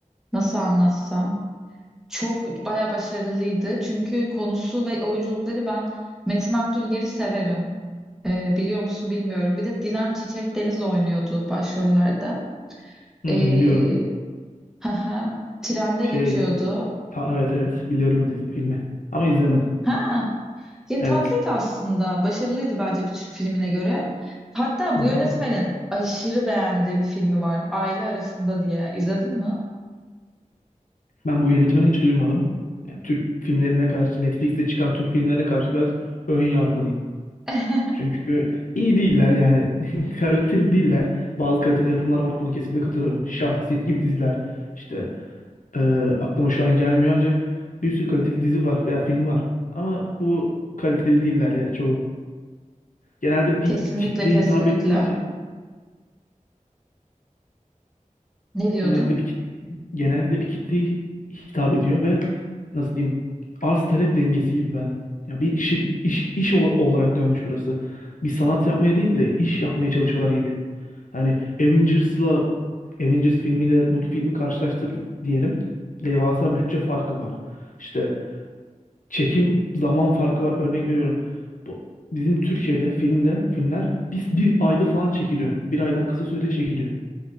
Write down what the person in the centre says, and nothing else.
nasıl anlatsam? Çok bayağı başarılıydı. Çünkü konusu ve oyunculukları ben Metin Akdülger'i severim. Ee, biliyor musun bilmiyorum. Bir de Dilan Çiçek Deniz oynuyordu başrollerde.
Ee,
<laughs> haha, trende
geçiyordu.
Ha, ya
tatlıydı aslında. Başarılıydı bence bir Türk filmine göre. Hatta
bu yönetmenin
aşırı beğendiğim bir filmi var. Aile Arasında diye. İzledin mi?
<laughs>
Kesinlikle
kesinlikle.
Ne diyordun?